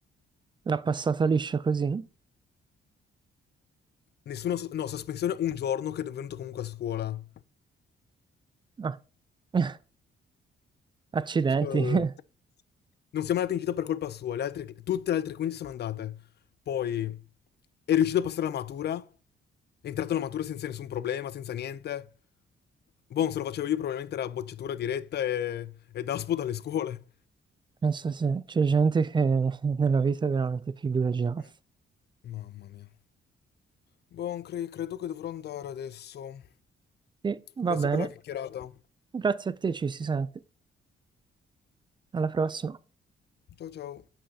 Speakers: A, on the right; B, on the left.
A: L'ha passata liscia così?
B: Nessuno... s- No, sospensione un giorno che è venuto comunque a scuola.
A: Ah, <laughs> accidenti.
B: Eh,
A: <laughs>
B: Non siamo andati in gita per colpa sua, le altre- tutte le altre 15 sono andate. Poi è riuscito a passare la matura, è entrato alla matura senza nessun problema, senza niente. Boh, se lo facevo io probabilmente era bocciatura diretta e, e daspo dalle scuole.
A: Penso sì, c'è gente che nella vita è veramente privilegiata.
B: Eh. Mamma mia. Boh, cre- credo che dovrò andare adesso.
A: Sì, va
B: Grazie
A: bene.
B: per la chiacchierata.
A: Grazie a te, ci si sente. Alla prossima.
B: Ciao ciao.